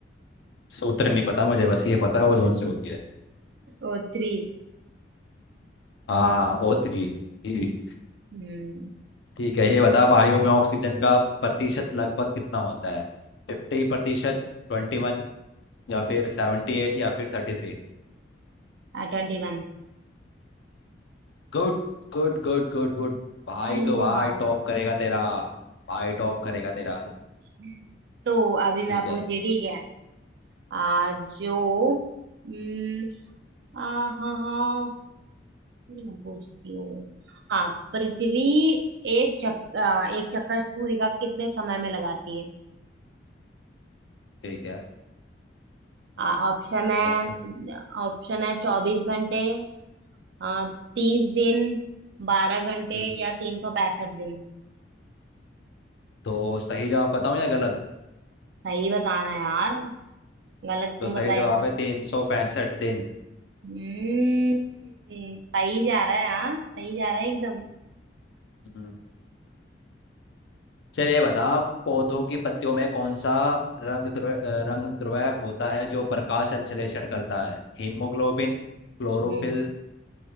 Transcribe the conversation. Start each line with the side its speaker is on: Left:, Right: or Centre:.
Left: सूत्र नहीं पता मुझे बस ये
Right: <laughs>
Left: पता है ओजोन से होती है
Right: ओ थ्री
Left: हाँ ओ थ्री ठीक
Right: हम्म
Left: ठीक है ये बता वायु में ऑक्सीजन का प्रतिशत लगभग कितना होता है फिफ्टी प्रतिशत 21 या फिर सेवेंटी एट या फिर थर्टी थ्री
Right: ट्वेंटी वन
Left: Good Good good good good भाई
Right: सही
Left: तो भाई
Right: जवाब
Left: टॉप करेगा तेरा भाई टॉप करेगा तेरा
Right: <laughs> तो अभी
Left: ठीक
Right: मैं पूछती
Left: है
Right: हूँ ठीक है आ, जो हम्म, आ, हाँ हाँ मैं पूछती हूँ हाँ पृथ्वी एक चक्कर एक चक्कर सूर्य का कितने समय में लगाती है
Left: ठीक है
Right: आ, ऑप्शन है
Left: ऑप्शन
Right: ऑप्शन है चौबीस घंटे आ, तीस दिन बारह घंटे
Left: हम्म
Right: या तीन सौ पैंसठ दिन
Left: तो सही जवाब बताऊं या गलत
Right: सही बताना यार गलत क्यों
Left: तो सही
Right: बताएगा
Left: जवाब है तीन सौ पैंसठ दिन
Right: हम्म सही जा रहा है हाँ सही जा रहा है एकदम
Left: हम्म। चलिए बता पौधों की पत्तियों में कौन सा रंग द्रव्य अ, रंग द्रव्य होता है जो प्रकाश संश्लेषण करता है हीमोग्लोबिन क्लोरोफिल
Right: हम्म